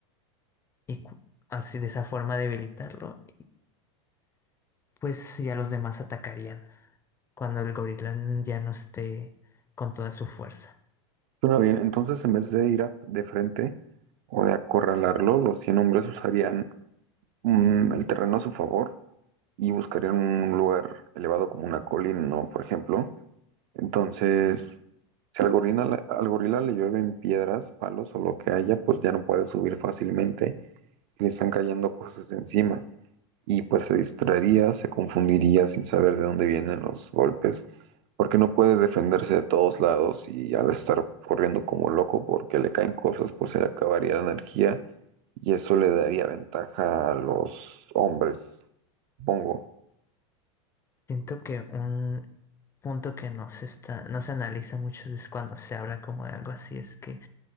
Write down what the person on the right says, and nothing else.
Suena bien, entonces en vez de ir a- de frente o de acorralarlo, los 100 hombres usarían mm, el terreno a su favor y buscarían un lugar elevado como una colina, ¿no? Por ejemplo. Entonces, si al gorila, le- al gorila le llueven piedras, palos o lo que haya, pues ya no puede subir fácilmente y le están cayendo cosas encima. Y pues se distraería, se confundiría sin saber de dónde vienen los golpes, porque no puede defenderse de todos lados y al estar corriendo como loco porque le caen cosas, pues se le acabaría la energía y eso le daría ventaja a los hombres, supongo.